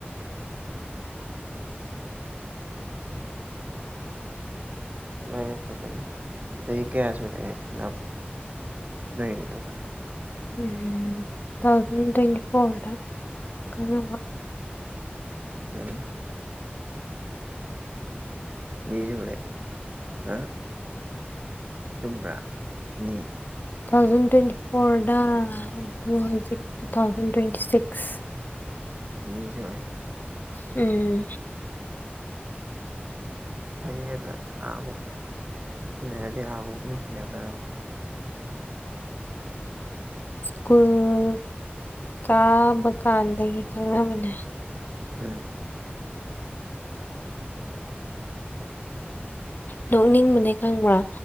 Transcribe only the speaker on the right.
ꯎꯝ ꯈꯒꯦ ꯐꯖꯅ ꯆꯍꯤ ꯀꯌꯥ ꯁꯨꯔꯒꯦ ꯈꯟꯅꯕ ꯅꯇꯥꯏ
ꯎꯝ ꯃꯤꯁꯨꯒꯦ ꯍꯥ ꯆꯨꯝꯕ꯭ꯔꯥ ꯑꯅꯤ
ꯅꯤꯡꯖ ꯑꯣꯏꯦ
ꯐꯩꯌꯦ ꯑꯗꯨꯅ ꯑꯥꯕꯕꯨ ꯅꯨꯡꯁꯤꯅꯔꯗꯤ ꯑꯥꯕꯧꯛ ꯅꯨꯡꯁꯤꯅꯈ꯭ꯔ
ꯎꯝ